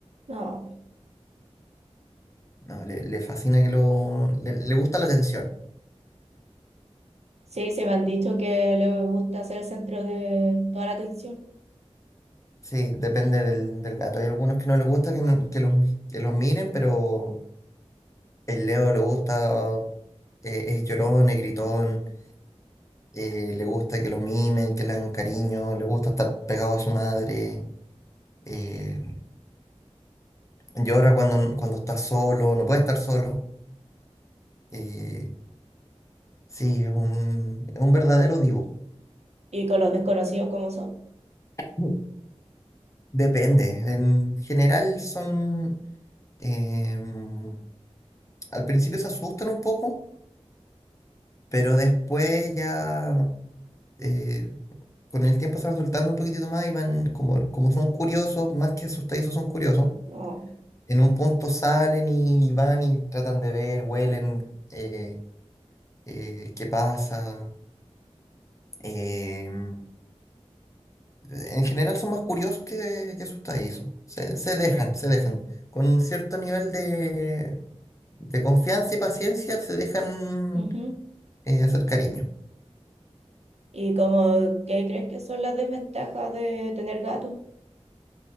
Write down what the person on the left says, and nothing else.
no, le, le fascina que lo, le, le gusta la atención.
Sí, depende del, del gato. Hay algunos que no les gusta que, no- que los, que los miren, pero el Leo le gusta, eh, es llorón, es gritón. eh, le gusta que lo mimen, que le hagan cariño, le gusta estar pegado a su madre, eh, llora cuando, cuando está solo, no puede estar solo. eh, sí, es un, es un verdadero divo.
Mm. Depende, en general son... em, al principio se asustan un poco, pero después ya... eh, con el tiempo se van soltando un poquitito más y van, como, como son curiosos, más que asustadizos, son curiosos
en un punto salen y van y tratan de ver, huelen, eh, eh, qué pasa. Em, en general son más curiosos que, que asustadizos. Se, se dejan, se dejan. Con cierto nivel de, de confianza y paciencia se dejan
eh, hacer cariño.